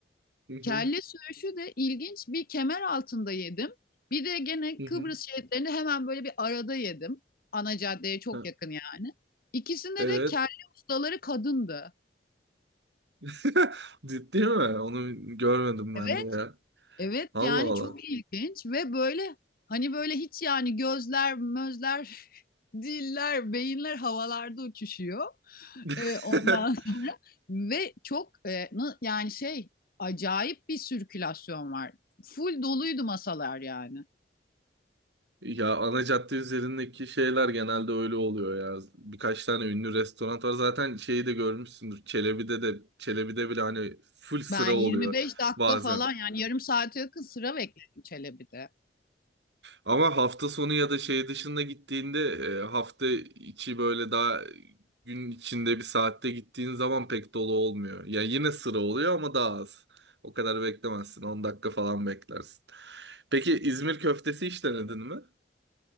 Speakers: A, on the right (about 80°); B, on the left (about 55°).
A: Hı hı.
B: Kelle söğüşü de ilginç bir kemer altında yedim. Bir de gene
A: Hı
B: Kıbrıs
A: hı.
B: şehitlerini hemen böyle bir arada yedim. Ana caddeye çok
A: Ha.
B: yakın yani. İkisinde
A: Evet.
B: de kelle ustaları kadındı.
A: <laughs> Ciddi mi? Onu görmedim ben
B: Evet.
A: de ya.
B: Evet
A: Allah
B: yani
A: Allah.
B: çok ilginç ve böyle hani böyle hiç yani gözler, mözler, <laughs> diller, beyinler havalarda uçuşuyor. Ee,
A: <laughs>
B: ondan sonra ve çok e, na- yani şey acayip bir sirkülasyon var. Full doluydu masalar yani.
A: Ya ana cadde üzerindeki şeyler genelde öyle oluyor ya. Birkaç tane ünlü restoran var. Zaten şeyi de görmüşsündür. Çelebi'de de Çelebi'de bile hani full sıra
B: Ben 25
A: oluyor
B: dakika
A: bazen.
B: falan yani yarım saate yakın sıra bekledim Çelebi'de.
A: Ama hafta sonu ya da şey dışında gittiğinde e, hafta içi böyle daha gün içinde bir saatte gittiğin zaman pek dolu olmuyor. Yani yine sıra oluyor ama daha az. O kadar beklemezsin. 10 dakika falan beklersin. Peki İzmir köftesi hiç denedin mi?